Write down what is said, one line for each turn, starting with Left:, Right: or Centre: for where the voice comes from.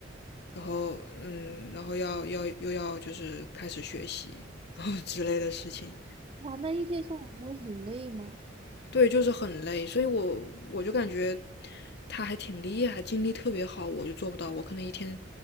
Left: 然后嗯，然后要要又要就是开始学习 <laughs>，然后之类的事情。
Right: 哇，那一天下来不会很累吗？
Left: 对，就是很累，所以我我就感觉他还挺厉害，精力特别好，我就做不到。我可能一天